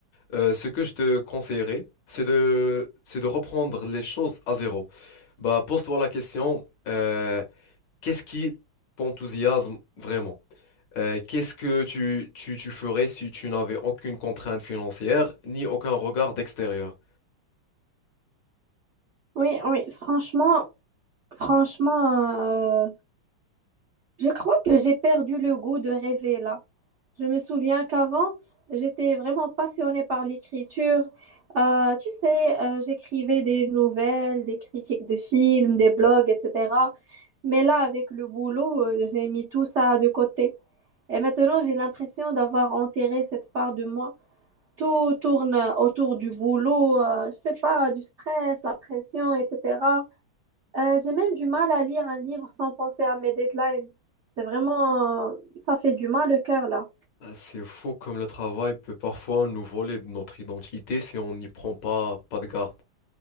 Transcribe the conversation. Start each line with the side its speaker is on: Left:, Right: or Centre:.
Left: Euh, ce que je te conseillerais, c'est de c'est de reprendre les choses à zéro. Bah, pose-toi la question, euh, qu'est-ce qui t'enthousiasme vraiment? Euh, qu'est-ce que tu, tu tu ferais si tu n'avais aucune contrainte financière ni aucun regard d'extérieur?
Right: Oui, oui, franchement, franchement. euh, Je crois que j'ai perdu le goût de rêver là. Je me souviens qu'avant, j'étais vraiment passionnée par l'écriture. Euh, tu sais, euh, j'écrivais des nouvelles, des critiques de films, des blogs, etc. Mais là, avec le boulot, euh, j'ai mis tout ça de côté. Et maintenant, j'ai l'impression d'avoir enterré cette part de moi. Tout tourne autour du boulot, euh, je sais pas, du stress, la pression, etc. Euh, j'ai même du mal à lire un livre sans penser à mes deadlines. C'est vraiment... Ça fait du mal au cœur, là.
Left: Ah, C'est fou comme le travail peut parfois nous voler de notre identité si on n'y prend pas, pas de garde.